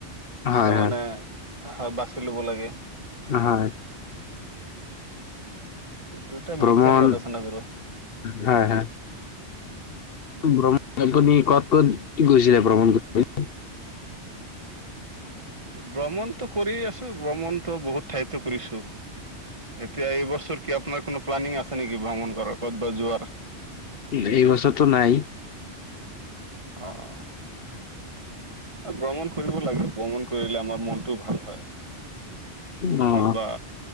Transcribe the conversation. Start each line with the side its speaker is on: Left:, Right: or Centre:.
Left: হয়,
Right: তাৰমানে
Left: হয়,
Right: আ সা বাচি ল'ব লাগে
Left: হয়
Right: দুটা
Left: ভ্ৰমণ
Right: মিক্সচাৰি আলোচনা কৰো
Left: হয় হয় ভ্ৰমণ আপুনি ক'ত কত গৈছিলে ভ্ৰমণ কৰি <unintelligible>
Right: ভ্ৰমণতটো কৰি আছো ভ্ৰমণটো বহুত ঠাইয়টো কৰিছো এতিয়া এই বছৰ কি আপোনাৰ কোনো প্লানিং আছে নেকি ভ্ৰমণ কৰাৰ ক'তবা যোৱাৰ
Left: উ এইবছৰটো নাই
Right: অঁ ভ্ৰমণ কৰিব লাগে ভ্ৰমণ কৰিলে আমাৰ মনটোও ভাল হয়
Left: অ'।
Right: ক'ত বা